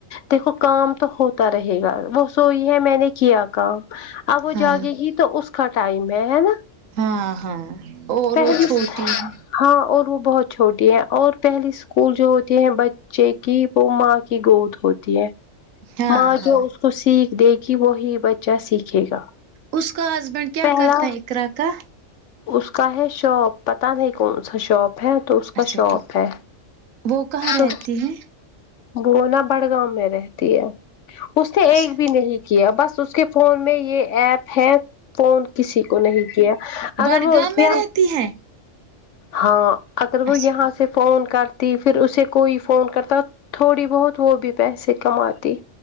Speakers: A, on the left; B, on the right.
A: دیکھو کام تو ہوتا رہے گا وہ سوی ہے میں نے کیا کام اب وہ
B: ہاں
A: جاگے گی تو اس کا ٹائم ہے ہے نا
B: ہاں ہاں اور
A: پہلی
B: وہ چھوٹی ہے
A: ہاں اور وہ بہت چھوٹی ہے اور پہلی اسکول جو ہوتی ہیں ب چے کی وہ ماں کی گود ہوتی ہے
B: ہاں
A: ماں
B: ہاں
A: جو اس کو سیکھ دے گی وہی بچہ سیکھے گا
B: اس کا ہسبینڈ کیا
A: پہلا
B: کرتا ہے اقرا کا
A: اس کا ہے شاپ پتہ نہیں کون سا شاپ ہے تو اس کا
B: اچھا
A: شوپ
B: ٹھیک
A: ہے
B: وہ کہاں
A: تو
B: رہتی ہے
A: بو نا بڑگاوں میں رہتی ہے اس نے
B: اچھا
A: ایک بھی نہیں کیا بس اس کے فون میں یہ ایپ ہے فون کسی کو نہیں کیا اگر
B: بڈگام
A: وہ کیا
B: میں رہتی ہے
A: ہاں اگر وہ
B: اچھا
A: یہاں سے فون کر تی پھر اسے کوئی فون کرتا تھوڑی بہت وہ بھی پیسے کماتی